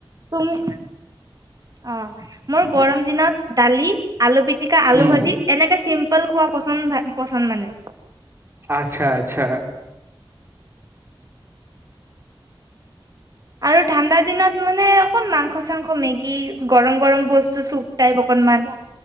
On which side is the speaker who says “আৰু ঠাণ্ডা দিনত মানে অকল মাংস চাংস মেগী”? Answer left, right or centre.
Right